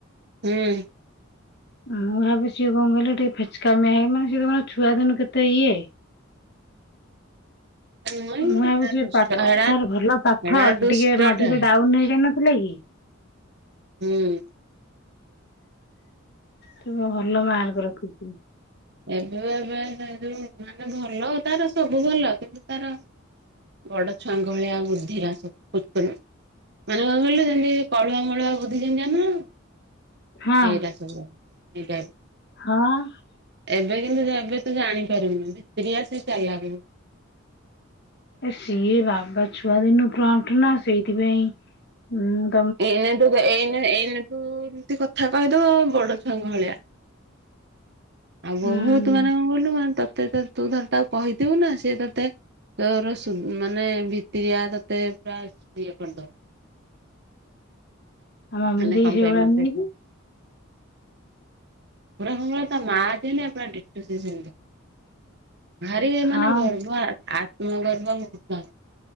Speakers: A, on the right (about 60°); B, on the left (about 55°).
A: ହୁଁ।
B: ମୁଁ ଭାବେ ସିଏ କଣ କହିଲ ଟିକେ ଫେଚକାମିଆ ହୁଏ ମାନେ ସିଏ ତ କଣ ଛୁଆଦିନୁ କେତେ ଇଏ।
A: ନୁହେଁ
B: ମୁଁ
A: ହେରା
B: ଭାବୁଛି
A: ଦୁଷ୍ଟ
B: ପାଠ
A: ହେରା
B: ଭଲ ପାଠ
A: ହେରା ଦୁଷ୍ଟଟା
B: ଟିକେ ମଝିରେ ଡାଉନ୍ ହେଇଯାଇନଥିଲେ କି।
A: ହୁଁ।
B: ତ ଭଲ ମାର୍କ ରଖୁଛି।
A: ଏବେ ଏବେ ଯୋଉ ମାନେ ଭଲ ତାର ସବୁ ଭଲ କିନ୍ତୁ ତାର। ବଡ ଛୁଆଙ୍କ ଭଳିଆ ବୁଦ୍ଧିରା ସବୁ। ମାନେ କଣ କହିଲେ ଯେମିତି କଳୁଆ ମଳୁଆ ବୁଦ୍ଧି ଯେମିତି।
B: ହଁ
A: ଏଟ ସଟ <inaudible>
B: ହଁ।
A: ଏବେ କିନ୍ତୁ ଏବେ ତୁ ଜାଣିପାରିବୁନି ଭିତିରିଆ ସେ ଚାଲାକ୍।
B: ଏ ସିଏ ବାବା ଛୁଆ ଦିନଠୁ ପ୍ରମଟ୍ ନା ସେଇଥିପାଇଁଁ।
A: ଏଇନେ ତୁ ଏଇ ଏଇନେ ତୁ ଏମିତି କଥା କହିଦବ ବଡ ଛୁଆଙ୍କ ଭଳିଆ। ଆଉ ବହୁତ
B: ହୁଁ
A: ମାନେ କଣ କଲୁ ତତେ ତ ତୁ ଥରେ ତାକୁ କହିଥିବୁ ନା ସିଏ ତତେ। ତୋର ସୁ ମାନେ ଭିତିରିଆ ତତେ ପୁରା ଇଏ କରିଦବ।
B: ଆମ ମାମୁନି
A: ମାନେ
B: ଦେଇ
A: କଣ
B: ସେଇଭଳିଆ
A: ପାଇଁ ମତେ
B: ନୁହଁକି।
A: ପୁରା ପୁରା ସମରେ <inaudible> ତା <inaudible> ମା ଆପଣ ଟୁ ସ ଭାରି ଏ ମାନେ
B: ହଁ
A: ଗର୍ଭ ତ ଗର୍ବ ମୁର୍ତ୍ତ